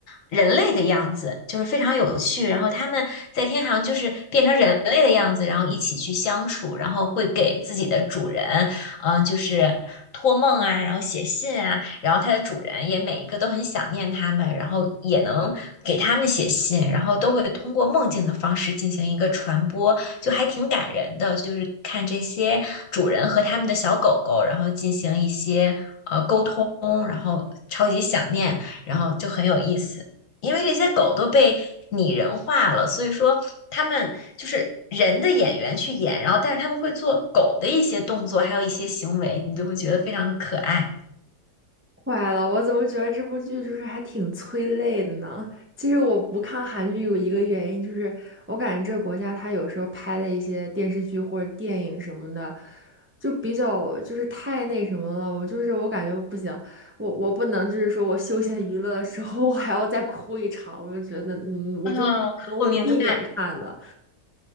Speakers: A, on the left; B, on the right.
A: 人类的样子，就是非常有趣，然后它们在天堂就是变成人类的样子，然后一起去相处，然后会给自己的主人。嗯，就是托梦啊，然后写信啊，然后它的主人也每一个都很想念它们，然后也能给它们写信，然后都会通过梦境的方式进行一个传播，就还挺感人的。就是看这些主人和他们的小狗狗，然后进行一些呃沟通，然后超级想念，然后就很有意思。因为这些狗都被拟人化了，所以说他们就是人的演员去演，然后但是他们会做狗的一些动作，还有一些行为，你就会觉得非常的可爱。
B: 坏了，我怎么觉得这部剧就是还挺催泪的呢？其实我不看韩剧有一个原因，就是我感觉这个国家它有时候拍的一些电视剧或者电影什么的，就比较就是太那什么了。我就是我感觉不行，我我不能就是说我休闲娱乐的时候我还要再哭一场，我就觉得嗯，我就我会避免看的。
A: 嗯，我明白，